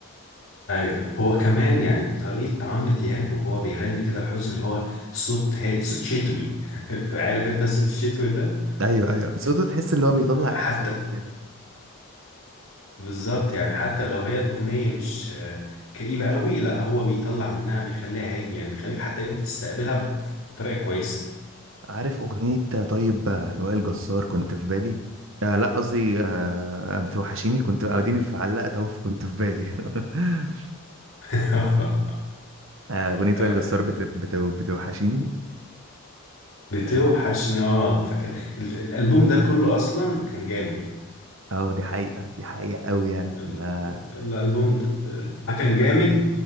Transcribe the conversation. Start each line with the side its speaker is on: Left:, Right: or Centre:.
Left: ايوه هو كمان يعني طريقه عمرو دياب وهو بيغني كده الحزن اللي هو صوت هي... صوت شتوي <laughs> عارف انت الصوت الشتوي ده
Right: أيوه أيوه صوته تحس اللي هو بيطلع إحساس
Left: فحتى
Right: كده
Left: بالظبط يعني حتى لو هي الاغنيه مش آه، كئيبه قوي لا هو بيطلع منها بيخليها هادي يعني بيخليك حتى انت تستقبلها بطريقه كويسه
Right: عارف أغنية طيب آه، لوائل جسار كنت في بالي آه لا قصدي آه بتوحشيني كنت اديني في علقت اهو في- كنت في بالي <laughs>
Left: <laughs>
Right: آه أغنية
Left: آه،
Right: وائل جسار بت... بت... بتوحشيني
Left: بتوحشني اه فكان ال- الالبوم ده كله اصلا كان جامد
Right: اه دي حقيقة دي حقيقة قوي يعني
Left: ال-
Right: انا
Left: ال- الالبوم ده ده كان جامد